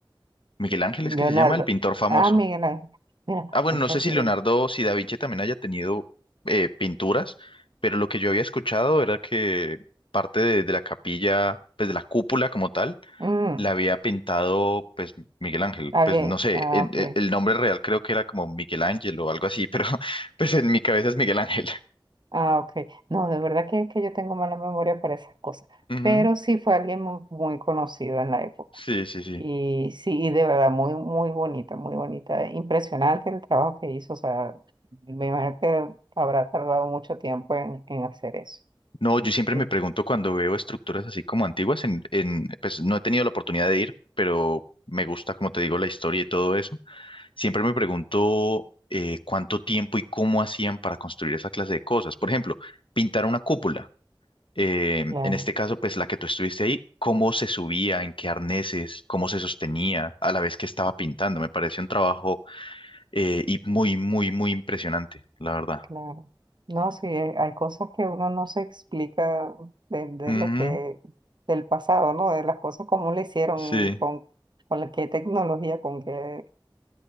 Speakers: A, on the left; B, on the right.
A: Miguel Ángel,
B: Leonardo.
A: es que se llama el pintor famoso.
B: Ah, Miguel Ángel. Mira,
A: Ah, bueno,
B: muchacho.
A: no sé si Leonardo, si Da Vinci también haya tenido eh, pinturas, pero lo que yo había escuchado era que parte de, de la capilla, pues de la cúpula como tal,
B: mm.
A: la había pintado pues Miguel Ángel,
B: Ah,
A: pues
B: bien.
A: no sé,
B: Ah,
A: el,
B: ok.
A: el- el nombre real creo que era como Miguel Ángel o algo así, pero <laughs> pues en mi cabeza es Miguel Ángel.
B: Ah, ok. No, de verdad que, que yo tengo mala memoria para esas cosas.
A: Ujú,
B: Pero sí fue alguien mu- muy, conocido en la época.
A: Sí, sí, sí.
B: Y sí, y de verdad, muy, muy bonita, muy bonita. Impresionante el trabajo que hizo. O sea, me imagino que habrá tardado mucho tiempo en, en hacer eso.
A: No, yo siempre
B: Eh,
A: me pregunto cuando veo estructuras así como antiguas, en, en- pues no he tenido la oportunidad de ir, pero me gusta, como te digo, la historia y todo eso. Siempre me pregunto eh, cuánto tiempo y cómo hacían para construir esa clase de cosas. Por ejemplo, pintar una cúpula. eh,
B: claro,
A: en este caso, pues la que tú estuviste ahí, cómo se subía, en qué arneses, cómo se sostenía a la vez que estaba pintando. Me pareció un trabajo eh, y muy, muy, muy impresionante, la verdad.
B: claro. No, sí, eh, hay cosas que uno no se explica de, de
A: Ujú,
B: lo que, del pasado, ¿no? De las cosas como le hicieron,
A: sí,
B: con, con la- qué tecnología, con qué.